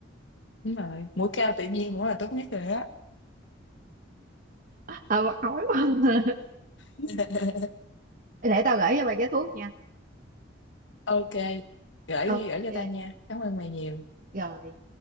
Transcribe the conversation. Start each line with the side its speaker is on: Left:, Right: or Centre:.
Left: đúng rồi mũi cao tự nhiên cũng là tốt nhất rồi á
Right: ờ mà ói mà <laughs>
Left: <laughs>
Right: để tao gửi cho mày cái thuốc nha
Left: ok gửi
Right: ok
Left: gửi cho tao nha cảm ơn mày nhiều
Right: rồi